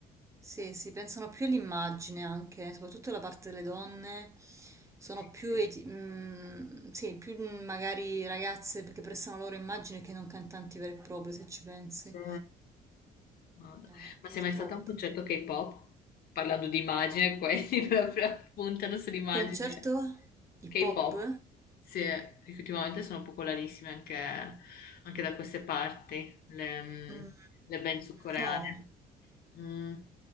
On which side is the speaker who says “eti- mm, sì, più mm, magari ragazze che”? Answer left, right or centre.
Right